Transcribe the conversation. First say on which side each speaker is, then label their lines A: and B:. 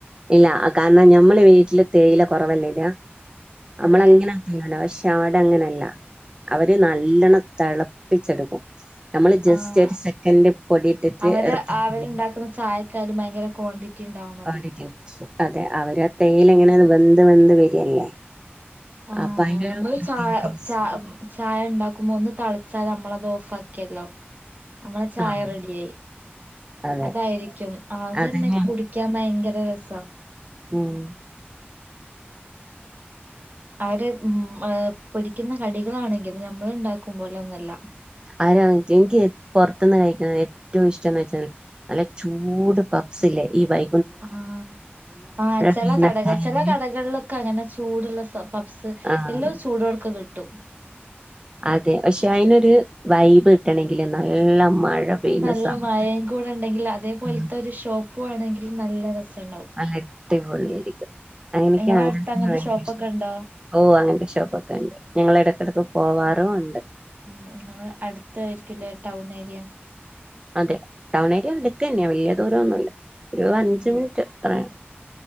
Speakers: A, on the right; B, on the right.
A: ഇല്ല കാരണം ഞമ്മള് വീട്ടില് തേയില കുറവല്ലേ ഇടാനമ്മള
B: അതെ
A: അങ്ങനെ അ പക്ഷെ അവിടെ അങ്ങനെയല്ല അവര് നല്ലണ്ണം തിളപ്പിച്ചെടുക്കും നമ്മള് ജസ്റ്റ്
B: ആഹ്
A: ഒരു സെക്കൻഡ് പൊടിയിട്ടിട്ട്
B: അവര്
A: ഇറക്കി വെക്കില്ലേ
B: അവരുണ്ടാക്കുന്ന ചായക്കാലും ഭയങ്കര ക്വാണ്ടിറ്റി പറ്റിയുണ്ടാവും മതി
A: അടിക്കണം. അതെ അവര് തേയിൽ എങ്ങനെയ വെന്ത് വെന്ത് വരിയല്ലേ
B: ആഹ്
A: അപ്പൊ അയിന്റൊരു
B: നമ്മൾ
A: പ്രത്യേക
B: ച
A: ടേസ്റ്റ്
B: ച
A: വരും
B: ചായണ്ടാക്കുമ്പോ ഒന്ന് തളച്ചാൽ നമ്മളത് ഓഫ് ആക്കിയല്ലോ നമ്മളെ ചായ
A: ആഹ്
B: റെഡിയായി
A: അതെ
B: അതായിരിക്കും ആ അത്
A: അതന്നെ
B: തന്നെ കുടി ക്കാൻ ഭയങ്കര രസ
A: ഉം
B: അവര് ഉം പൊരിക്കുന്ന കടികളാണെങ്കിലും ഞമ്മൾ ഉണ്ടാക്കും പോലെ ഒന്നല്ല
A: ആരാ എനിക്ക് പുറത്തുന്ന് കഴിക്ക ഏറ്റവും ഇഷ്ടംന്ന് വെച്ചാൽ നല്ല ചൂട് പഫ്സില്ലേ ഈ വൈ
B: ആഹ് ആഹ് ചില
A: പെയ്യുന്ന
B: കടകൾ
A: ടൈമിന്
B: ചില കടകളി അങ്ങനെ ചൂടുള്ള പഫ്സ്
A: ആഹ്
B: എല്ലാം ചൂടോടക്ക് കിട്ടും
A: അതെ പക്ഷെ അതിനൊരു വൈബ് കിട്ടണങ്കില് നല്ല മഴ പെയ്യുന്ന
B: നല്ല
A: സമയത്ത്
B: മഴയും കൂടെ ഉണ്ടെങ്കിൽ അതേപോലത്തെ
A: ആഹ്
B: ഒരു ഷോപ്പ് വേണെങ്കിൽ നല്ല രസുണ്ടാവും
A: നല്ലട്ടി പൊളിയായിരിക്കും. അങ്ങനെയൊക്കെ
B: നിങ്ങളെ
A: അങ്ങന
B: അടുത്ത്
A: തന്നെ
B: അങ്ങനത്തെ
A: ഭയങ്കര
B: ഷോപ്പൊക്കെ
A: ഇഷ്ടം.
B: ഉണ്ടോ
A: ഓ അങ്ങനത്തെ ഷോപ്പൊക്കെയുണ്ട്. ഞങ്ങൾ ഇടക്കിടക്ക് പോവാറും ഉണ്ട്
B: ആഹ് അതേ അടുത്തായിയിരിക്കുംല്ലേ ടൗൺ ഏരിയ?
A: അതെ ടൗൺ ഏരിയ അടുത്ത് തന്നെയ വലിയ ദൂരം ഒന്നുല്ല. ഒരു അഞ്ച് മിനിറ്റ് അത്രയാണ്.